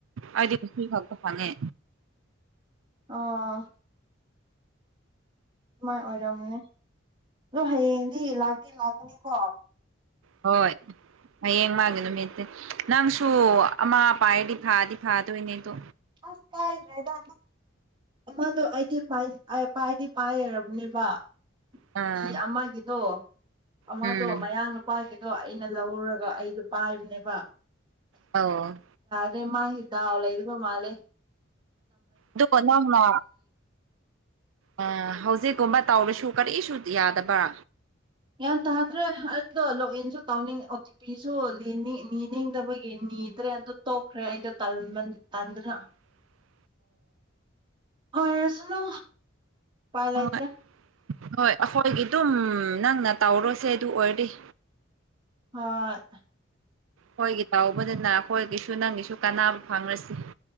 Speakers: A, on the right; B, on the right.
A: ꯑꯩꯗꯤꯁꯨ ꯐꯒ ꯐꯉꯦ
B: ꯑꯣ ꯑꯗꯨꯃꯥꯏꯅ ꯑꯣꯏꯔꯝꯅꯦ ꯑꯗꯣ ꯍꯌꯦꯡꯗꯤ ꯂꯥꯛꯇꯦ ꯂꯥꯛꯀꯅꯤꯀꯣ
A: ꯍꯣꯏ ꯍꯌꯦꯡ ꯃꯥꯒꯤ ꯅꯨꯃꯤꯠꯇꯤ ꯅꯪꯁꯨ ꯑꯃꯥ ꯑꯄꯥ ꯍꯥꯏꯗꯤ ꯐꯥꯗꯤ ꯐꯥꯗꯣꯏꯅꯦꯗꯣ
B: ꯑꯁ ꯀꯗ꯭ꯔꯦ ꯑꯃꯗꯣ ꯑꯩꯗꯤ ꯄꯥꯏꯗꯤ ꯄꯥꯏꯔꯔꯕꯅꯦꯕ
A: ꯑꯥ
B: ꯅꯨꯄꯤ ꯑꯃꯒꯤꯗꯣ ꯑꯃꯗꯣ
A: ꯎꯝ
B: ꯃꯌꯥꯡ ꯅꯨꯄꯥꯒꯤꯗꯣ ꯑꯩꯅ ꯑꯩꯅ ꯂꯧꯔꯒ ꯑꯩꯗꯣ ꯄꯥꯏꯕꯅꯦꯕ
A: ꯑ
B: ꯃꯔꯦ ꯃꯥ ꯏꯗꯥꯎꯂ ꯏꯗꯤ ꯄ ꯃꯥꯂꯦ
A: ꯑꯗꯨꯒ ꯅꯪꯅ ꯑ ꯍꯧꯖꯤꯛꯀꯨꯝꯕ ꯇꯧꯔꯁꯨ ꯀꯔꯤ ꯁ ꯌꯥꯗꯕ꯭ꯔꯥ
B: ꯒ꯭ꯟ ꯇꯥꯗ꯭ꯔꯦ ꯑꯩꯗꯣ ꯂꯣꯛ ꯏꯟꯁꯨ ꯇꯧꯅꯤꯡꯉ ꯑꯣ ꯇꯤ ꯄꯤꯁꯨ ꯅꯤꯡꯗꯕꯒꯤ ꯅꯤꯗ꯭ꯔꯦ ꯑꯗꯨ ꯇꯣꯛꯈ꯭ꯔꯦ ꯑꯩꯗꯣ ꯇ ꯇꯟꯗꯅ
A: ꯎ
B: ꯑꯣꯏꯣꯏꯔꯁꯅꯨ ꯄꯥꯏ ꯂꯩꯇ꯭ꯔꯦ
A: ꯍꯣꯏ ꯍꯣꯏ ꯑꯩꯈꯣꯏꯒꯤ ꯑꯗꯨꯝ ꯅꯪꯅ ꯇꯧꯔꯨꯁꯦ ꯑꯗꯨ ꯑꯣꯏꯔꯗꯤꯦ
B: ꯑ
A: ꯑꯩꯈꯣꯏꯒꯤ ꯇꯧꯕꯅꯤꯅ ꯑꯩꯈꯣꯏꯒꯤꯁꯨ ꯅꯪꯒꯤꯁꯨ ꯀꯥꯟꯅꯕ ꯐꯪꯉꯁꯤ